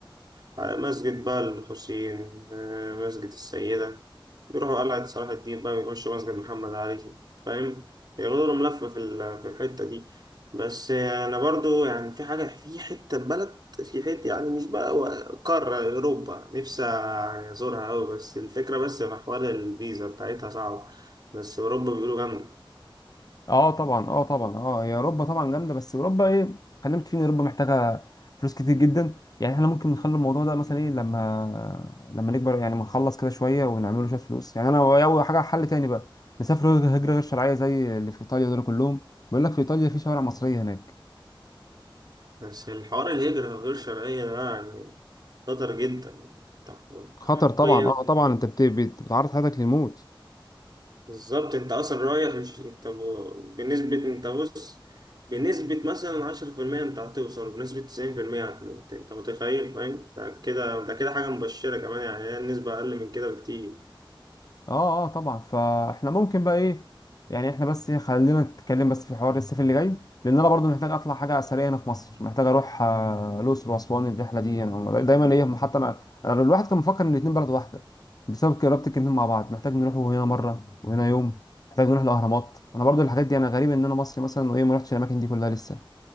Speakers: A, on the right (about 50°); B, on the left (about 45°).
A: على مسجد بقى الحسين آه، مسجد السيده بيروحوا قلعه صلاح الدين بقى بيخشوا مسجد محمد علي فاهم ياخدوا لهم لفه في ال- في الحته دي بس آه، انا برضو يعني في حاجه في حته بلد في حته يعني مش بقى و- قاره اوروبا نفسي يعني ازورها قوي بس الفكره بس في حوار الفيزا بتاعتها صعبه بس اوروبا بيقولوا جامده
B: اه طبعا اه طبعا اه هي اوروبا طبعا جامده بس اوروبا ايه خلينا متفقين إن اوروبا محتاجه فلوس كتير جدا يعني احنا ممكن نخلي الموضوع ده مثلا ايه لما لما نكبر يعني ما نخلص كده شويه ونعمله شويه فلوس يعني انا اول حاجه حل تاني بقى نسافر هجره غير شرعيه زي اللي في ايطاليا دول كلهم بيقول لك في ايطاليا في شوارع مصريه هناك
A: بس الحوار الهجرة الغير شرعية ده يعني خطر جدا انت انت
B: خطر
A: حرفيا
B: طبعا اه طبعا انت بت- بت- بتعرض حياتك للموت
A: بالظبط انت اصلا رايح مش انت ب- بنسبة انت بص بنسبة مثلا عشرة في المية انت هتوصل بنسبة تسعين في المية هتموت انت متخيل فاهم ده كده ده كده حاجة مبشرة كمان يعني هي النسبة أقل من كده بكتير
B: اه اه طبعا فاحنا ممكن بقى ايه يعني احنا بس إيه، خلينا نتكلم بس في حوار الصيف اللي جاي لان انا برضو محتاج اطلع حاجه اثريه هنا في مصر محتاج اروح آه، الاقصر واسوان الرحله دي يعني دايما ايه حتى انا أنا الواحد كان مفكر ان الاتنين بلد واحده بسبب قرابه الاتنين مع بعض محتاج نروح هنا مره وهنا يوم محتاج نروح الاهرامات انا برضو الحاجات دي انا غريب ان انا مصري مثلا وايه ما رحتش الاماكن دي كلها لسه